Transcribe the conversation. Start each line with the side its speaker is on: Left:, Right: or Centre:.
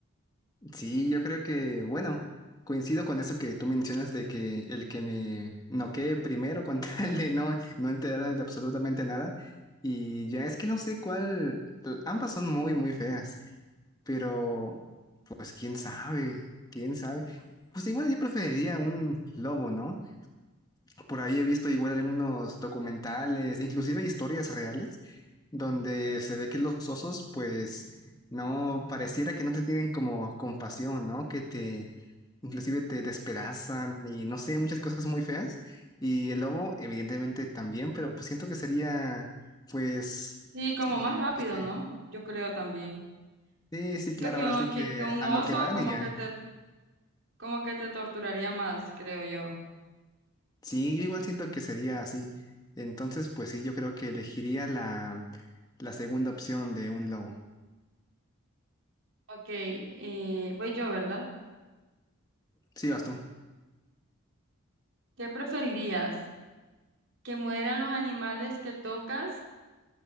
Left: Sí, yo creo que, bueno, coincido con eso que tú mencionas de que el que me noquee primero con <laughs> tal de no, no enterarme de absolutamente nada. Y ya es que no sé cuál, ambas son muy, muy feas, pero pues quién sabe, quién sabe. Pues igual yo preferiría un lobo, ¿no? Por ahí he visto igual algunos documentales, inclusive historias reales, donde se ve que los osos, pues, no, pareciera que no te tienen como compasión, ¿no? Que te, inclusive te despedazan y no sé, muchas cosas muy feas. Y el lobo, evidentemente, también, pero pues siento que sería, pues,
Right: Sí, como
Left: digamos
Right: más rápido,
Left: que,
Right: ¿no? Yo creo también.
Left: sí, sí,
Right: Siento
Left: claro,
Right: que
Left: ahora
Right: un,
Left: sí
Right: que,
Left: que
Right: que un
Left: a
Right: oso
Left: lo que van
Right: como
Left: y ya.
Right: que te, como que te torturaría más, creo yo.
Left: Sí, yo igual siento que sería así. Entonces, pues sí, yo creo que elegiría la, la segunda opción de un lobo.
Right: Ok, eh, voy yo, ¿verdad?
Left: Sí, vas tú.
Right: ¿Qué preferirías? ¿Que mueran los animales que tocas?